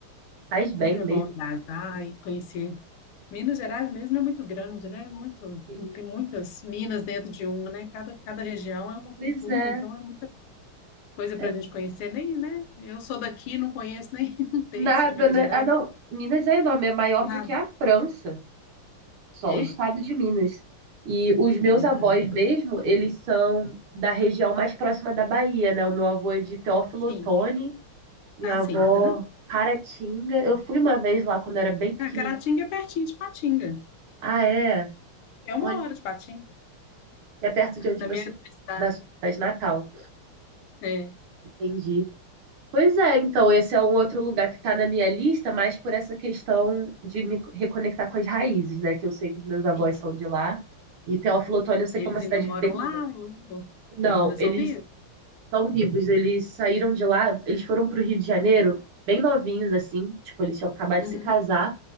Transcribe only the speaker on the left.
sempre
é bom viajar e conhecer. Minas Gerais mesmo é muito grande, né? Muito,
tem muitas minas dentro de uma, né? Cada, cada região é uma
cultura,
então é muita coisa
para a gente conhecer, nem, né? Eu sou daqui, não conheço nem <laughs> um terço
de Minas
Gerais,
nada.
É,
é
verdade.
Sim,
ah,
sim. aham.
Ah, Caratinga é pertinho de Patinga.
É uma
hora de Patinga,
da
minha cidade.
É,
sim.
Eles
ainda moram
lá,
ou- ou-
eles ainda são
vivos?
Uhum,